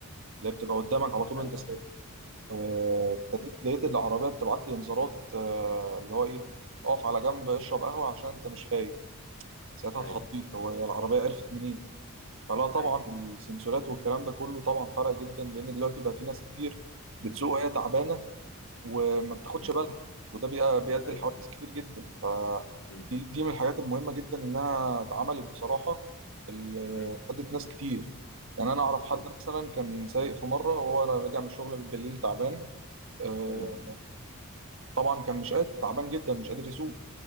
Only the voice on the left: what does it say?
ايوه
ايوه
ايوه
امم
امم
ايوه
امم
امم
اكيد
امم